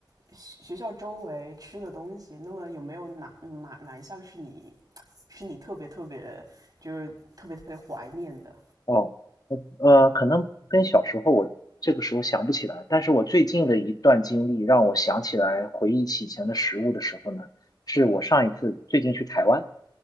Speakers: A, on the right; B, on the left.
A: 学学校周围吃的东西，那么有没有哪哪哪一项是你是你特别特别就是特别特别怀念的
B: 哦，我呃，可能跟小时候我这个时候想不起来，但是我最近的一段经历让我想起来，回忆起以前的食物的时候呢，是我上一次最近去台湾，